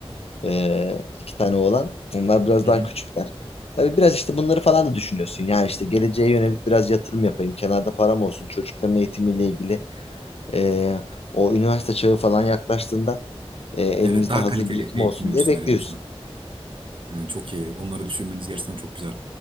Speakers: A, on the left; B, on the right.
A: Ee, iki tane oğlan. Onlar biraz
B: Hı
A: daha
B: hı.
A: küçükler. Tabii biraz işte bunları falan da düşünüyorsun. Yani işte geleceğe yönelik biraz yatırım yapayım. Kenarda param olsun. Çocukların eğitimiyle ilgili. ee, o üniversite çağı falan yaklaştığında ee, elimizde
B: Evet daha
A: hazır
B: kaliteli
A: birikim
B: eğitim
A: olsun
B: görürsünler
A: diye bekliyorsun.
B: en azından. Yani çok iyi. Onları düşünmeniz gerçekten çok güzel.